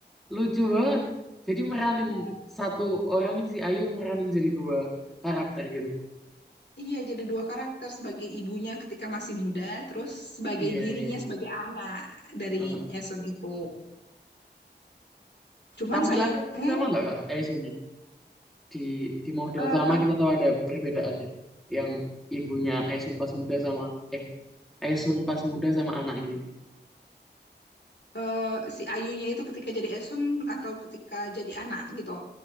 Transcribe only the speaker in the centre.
Lucu banget. Jadi meranin
satu orang ini si Ayu meranin jadi dua karakter gitu.
Iya,
iya.
Heeh.
Tampilannya
tapi sama nggak Kak Esun di di model
sama kita tahu ada perbedaannya. Yang ibunya Esun pas muda sama eh Esun pas muda sama anak ini.